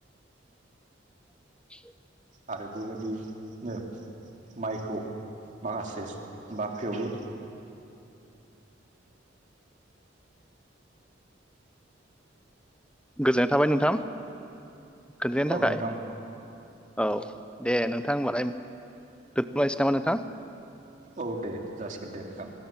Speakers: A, in the centre; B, on the right.
A: <inaudible>
B: आरो बेबायदिनो माइखौ माखासे बाख्रियावबो
A: गोजोन्नाय थाबाय नोंथां खोनथायानो
B: औ
A: थाखाय
B: नोंथां
A: औ दे नोंथां होनबालाय दोनथ' लायनोसै नामा नोंथां?
B: औ दे जासिगोन दे नोंथां।